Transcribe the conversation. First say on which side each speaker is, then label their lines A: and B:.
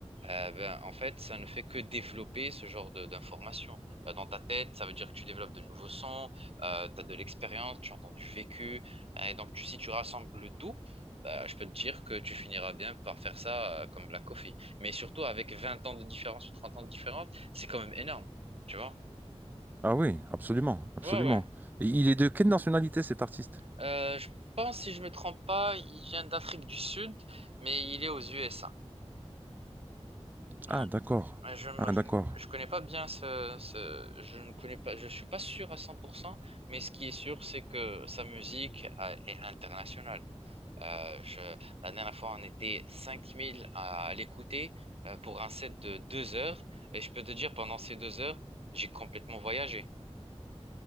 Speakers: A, on the right; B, on the right.
A: euh, ben, en fait, ça ne fait que développer ce genre de- d'informations. Euh, dans ta tête, ça veut dire que tu développes de nouveaux sons, tu as de l'expérience, tu entends du vécu. Euh, et donc, tu- si tu rassembles le tout, bah, je peux te dire que tu finiras bien par faire ça euh, comme Black Coffee. Mais surtout avec 20 ans de différence ou 30 ans de différence, c'est quand même énorme, tu vois?
B: Ah oui, absolument, absolument.
A: Ouais, ouais.
B: Et il est de quelle nationalité cet artiste?
A: Euh, je pense, si je me trompe pas, il vient d'Afrique du Sud, mais il est aux USA. Ouais.
B: Ah, d'accord.
A: Ouais, Je, ne-
B: Ah,
A: je,
B: d'accord.
A: ne je connais pas bien ce, ce- je ne connais pas, je suis pas sûr à 100% mais ce qui est sûr, c'est que sa musique euh, est internationale. Euh, je, la dernière fois, on était 5000 à l'écouter euh, pour un set de deux heures, et je peux te dire, pendant ces deux heures, j'ai complètement voyagé.